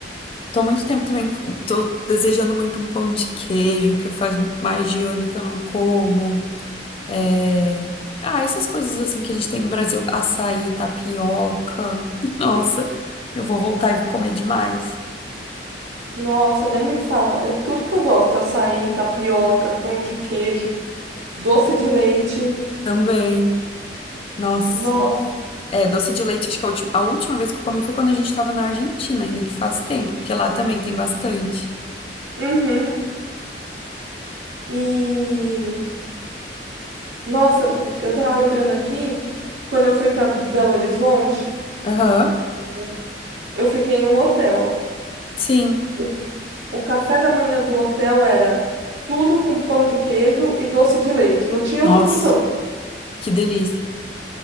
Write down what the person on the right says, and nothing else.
Nossa, nem me fala. É tudo que eu gosto: açaí, tapioca, pão de queijo, doce de leite.
Nossa.
Uhum. E nossa, eu tava lembrando aqui, quando eu fui para Belo Horizonte,
É. eu fiquei num hotel.
O, o café da manhã do hotel era tudo com pão de queijo e doce de leite. Não tinha
outra opção.